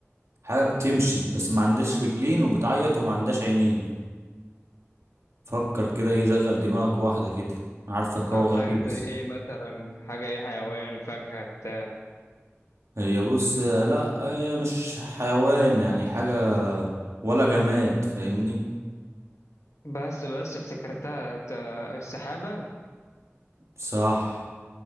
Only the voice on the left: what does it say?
طب
حاجة
زي ايه مثلا حاجة ايه حيوان فاكهة بتاع
بس بس افتكرتها ت- السحابة